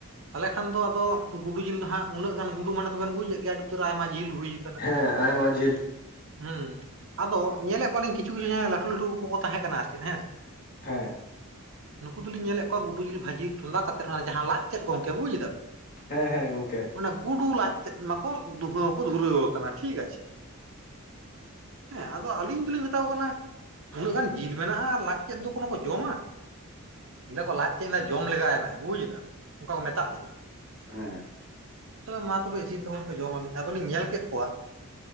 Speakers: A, on the right (about 60°); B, on the left (about 45°).
A: ᱟᱯᱮ ᱴᱷᱮᱱ ᱫᱚ ᱟᱫᱚ ᱜᱩᱰᱩ ᱡᱤᱞ ᱦᱟᱸᱜ ᱩᱱᱟᱹᱜ ᱜᱟᱱ ᱜᱩᱰᱩ ᱢᱟᱱᱮ ᱫᱚᱵᱤᱱ ᱵᱩᱡᱮᱫ ᱜᱮᱭᱟ ᱟᱹᱰᱤ ᱩᱛᱟᱹᱨ ᱟᱭᱢᱟ ᱡᱤᱞ ᱦᱩᱭᱼᱟ᱾
B: ᱦᱮᱸ ᱟᱭᱢᱟ ᱡᱤᱞ᱾
A: ᱦᱩᱸ ᱟᱫᱚ ᱧᱮᱞᱮᱫ ᱠᱚᱣᱟ ᱞᱤᱧ ᱠᱤᱪᱷᱩ ᱠᱤᱪᱷᱩ ᱡᱟᱦᱟᱸ ᱞᱟᱹᱴᱩ ᱞᱟᱹᱴᱩ ᱠᱚ ᱠᱚ ᱛᱟᱦᱮᱸ ᱠᱟᱱᱟ ᱟᱨ ᱪᱮᱫ ᱦᱮᱸ ᱥᱮ᱾
B: ᱦᱮᱸ᱾
A: ᱱᱩᱠᱩ ᱫᱩᱞᱤᱧ ᱧᱮᱞᱮᱫ ᱠᱚᱣᱟ ᱜᱩᱰᱩ ᱡᱤᱞ ᱵᱷᱟᱹᱡᱤ ᱪᱚᱸᱫᱟ ᱠᱟᱛᱮᱫ ᱚᱱᱟ ᱡᱟᱦᱟᱸ ᱞᱟᱡ ᱛᱮᱫ ᱜᱚᱝᱠᱮ ᱵᱩᱡ ᱮᱫᱟ ᱵᱤᱱ᱾
B: ᱦᱮᱸ ᱦᱮᱸ ᱜᱚᱝᱠᱮ᱾
A: ᱚᱱᱟ ᱜᱩᱰᱩ ᱞᱟᱡ ᱛᱮᱫ ᱢᱟᱠᱚ ᱫᱷᱩᱦᱟᱹᱣ ᱠᱚ ᱫᱷᱩᱨᱟᱹᱣ ᱟᱠᱟᱱᱟ ᱴᱷᱤᱠ ᱟᱪᱷᱮ᱾ ᱦᱮᱸ ᱟᱫᱚ ᱟᱹᱞᱤᱧ ᱫᱩᱞᱤᱧ ᱢᱮᱛᱟ ᱠᱚ ᱠᱟᱱᱟ ᱩᱱᱟᱹᱜ ᱜᱟᱱ ᱡᱤᱞ ᱢᱮᱱᱟᱜᱼᱟ ᱟᱨ ᱞᱟᱡ ᱛᱮᱫ ᱫᱚ ᱠᱚᱱᱚ ᱠᱚ ᱡᱚᱢᱟ᱾ ᱫᱮᱠᱷᱚ ᱞᱟᱡ ᱛᱮ ᱡᱚᱢ ᱞᱮᱜᱟᱭ ᱢᱮ ᱵᱩᱡ ᱫᱟᱢ ᱚᱱᱠᱟ ᱠᱚ ᱢᱮᱛᱫ ᱞᱤᱧᱟᱹ᱾
B: ᱦᱮᱸᱻ
A: ᱢᱟ ᱛᱚᱵᱮ ᱤᱥᱤᱱ ᱛᱟᱵᱚᱱ ᱯᱮ ᱡᱚᱢᱟ ᱞᱤᱧ ᱟᱫᱚ ᱞᱤᱧ ᱧᱮᱞ ᱠᱮᱫ ᱠᱚᱣᱟ᱾